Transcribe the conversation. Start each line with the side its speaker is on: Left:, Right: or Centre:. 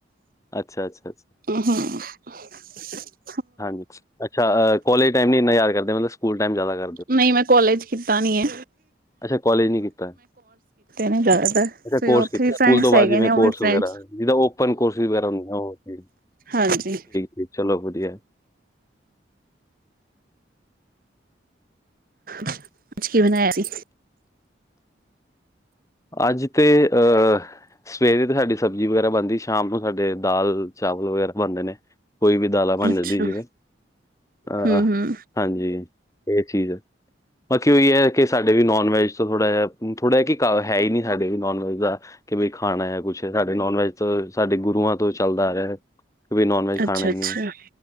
Left: ਅੱਛਾ-ਅੱਛਾ
Right: ਹਮ
Left: ਹਾਂਜੀ, ਅੱਛਾ ਅ ਕੋਲਜ ਟਾਈਮ ਨੀ ਇੰਨਾ ਯਾਦ ਕਰਦੇ ਮਤਲਬ ਸਕੂਲ ਟਾਈਮ ਜ਼ਿਆਦਾ ਕਰ
Right: ਨਹੀਂ ਮੈਂ ਕੋਲੇਜ ਕੀਤਾ ਨੀ ਏ।
Left: ਅੱਛਾ ਕੋਲੇਜ ਨੀ ਕੀਤਾ,
Right: ਨੇ ਜ਼ਿਆਦਾਤਰ
Left: ਅੱਛਾ
Right: ਫਿਰ
Left: ਕੋਰਸ
Right: ਉੱਥੇ
Left: ਕਿਤੇ
Right: ਵੀ
Left: ਸਕੂਲ
Right: ਫਰੈਂਡਸ
Left: ਤੋਂ
Right: ਹੈਗੇ
Left: ਬਾਅਦ ਜਿਵੇਂ
Right: ਨੇ ਉਹ
Left: ਕੋਰਸ
Right: ਵੀ ਫਰੈਂਡਸ
Left: ਵਗੈਰਾ। ਜਿਦਾਂ ਓਪਨ ਕੋਰਸ ਵਗੈਰਾ ਹੂੰ, ਆਹੋ, ਠੀਕ,
Right: ਹਾਂਜੀ
Left: ਠੀਕ ਚਲੋ ਵਧੀਆ।
Right: ਅੱਜ ਕੀ ਬਣਾਇਆ ਸੀ?
Left: ਅੱਜ ਤੇ, ਅਹ ਸਵੇਰੇ ਤੇ ਸਾਡੀ ਸਬਜ਼ੀ ਵਗੈਰਾ ਬਣਦੀ ਸ਼ਾਮ ਨੂੰ ਸਾਡੇ ਦਾਲ ਚਾਵਲ ਵਗੈਰਾ ਬਣਦੇ ਨੇ। ਕੋਈ ਵੀ ਦਾਲਾਂ ਬਣ
Right: ਅੱਛਾ,
Left: ਜਾਂਦੀ ਜਿਵੇਂ, ਆਹ
Right: ਹੂੰ-ਹੂੰ,
Left: ਹਾਂਜੀ। ਇਹ ਚੀਜ਼ ਹੈ, ਬਾਕੀ ਉਹੀ ਹੈ ਕਿ ਸਾਡੇ ਵੀ ਨੋਨ ਵੈਜ ਤੋਂ ਥੋੜ੍ਹਾ ਜਿਹਾ ਥੋੜ੍ਹਾ ਹੈ ਕਿ ਤਾਂ ਹੈ ਹੀ ਨੀ ਸਾਡੇ ਵੀ ਨੋਨ ਵੈਜ ਦਾ ਕਿ ਬਈ ਖਾਣਾ ਆ ਕੁਛ ਸਾਡੇ ਨੋਨ ਵੈਜ ਤੋਂ ਸਾਡੇ ਗੂ ਰੂਆਂ ਤੋਂ ਚੱਲਦਾ ਆ ਰਿਹਾ ਕਿ ਨੋਨ ਵੈਜ ਖਾਣਾ
Right: ਅੱਛਾ-ਅੱਛਾ,
Left: ਹੀ ਨਹੀਂ,